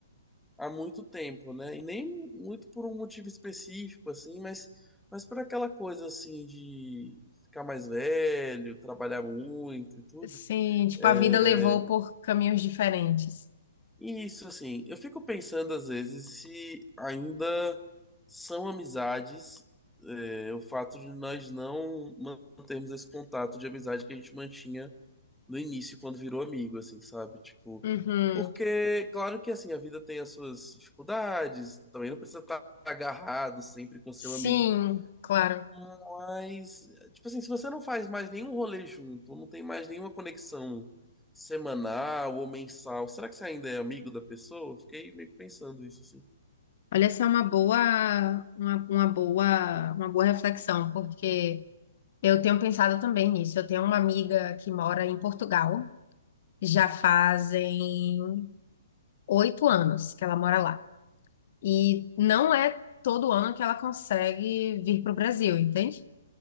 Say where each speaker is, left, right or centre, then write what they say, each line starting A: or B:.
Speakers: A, in the centre; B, on the left (about 50°).
A: há muito tempo, né? E nem muito por um motivo específico, assim, mas, mas por aquela coisa assim de ficar mais velho, trabalhar muito e tudo.
B: Sim, tipo,
A: é,
B: a vida levou por caminhos diferentes.
A: Isso, assim, eu fico pensando às vezes se ainda são amizades, é, o fato de nós não mantermos esse contato de amizade que a gente mantinha no início, quando virou amigo, assim, sabe? Tipo,
B: Uhum.
A: porque, claro que, assim, a vida tem as suas dificuldades, também não precisa estar agarrado sempre com
B: Sim,
A: seu amigo,
B: claro.
A: mas, tipo assim, se você não faz mais nenhum rolê junto, não tem mais nenhuma conexão semanal ou mensal, será que você ainda é amigo da pessoa? Eu Fiquei meio que pensando isso, assim.
B: Olha, essa é uma boa, uma, uma boa, uma boa reflexão, porque eu tenho pensado também nisso. Eu tenho uma amiga que mora em Portugal, já fazem oito anos que ela mora lá. E não é todo ano que ela consegue vir para o Brasil, entende?